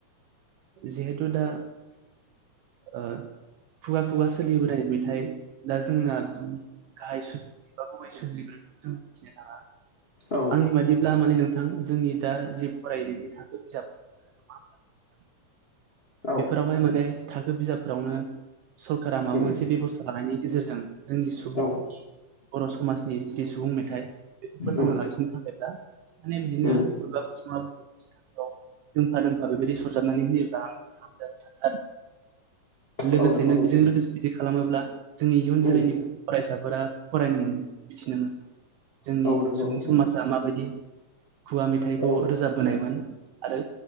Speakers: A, on the right; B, on the left.
A: जिहेतु दा ओ। खुगा खुगा सोलिबोनाय मे। थाइ दा जोंना गायहाय सुजुगिरि। बा गुबै सुजुगिरिखौ जों मिथिनो थाङा।
B: औ
A: आंनि बादिब्ला माने नों थां जोंनि दा जे फरायनायनि थाखो बिजाबफोरनि <unintelligible>
B: औ
A: बेफोरावहाय माने थाखो बिजाब फोरावनो सरकारा माबा
B: उम
A: मोनसे बेब'स्था लानायनि गेजेरजों जोंनि सुबुंनि
B: औ
A: बर' समाज जि जि सुबुं मेथाइ बेखौ फोथांना
B: उम
A: लाखिनो थाखायब्लाा माने बिदिनो
B: उम
A: बबेबा <unintelligible> ओ बेबायदि <unintelligible> गाहाम <unintelligible> सानो आरो लोगोसेनो
B: औ नंगौ नोंथां
A: बेजों लोगोसे बिदि खालामोब्ला जोंनि इयुन जोलैनि
B: उम
A: फरायसाफोरा फरायनोमोन मिथिनोमोन जोंनि
B: औ नंगौ
A: सुबुं
B: नोंथां
A: समाजा माबायदि खुवा मेथाइखौ
B: औ उम
A: रोजाबबोनायमोन आरो